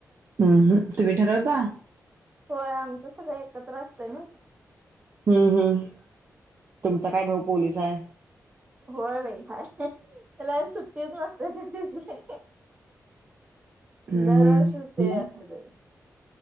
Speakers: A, on the right; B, on the right.
A: उम्म हम्म तुम्ही ठरवता?
B: होय आमचं सगळं एकत्र असतंय ना.
A: हम्म हम्म तुमचा काय भाऊ पोलीस आहे?
B: होय बाय हाय त्याला एक सुट्टीच नसत्या त्यादिवशी.
A: हम्म
B: दरवर्षीचा
A: हम्म
B: ते असतं त्याचं.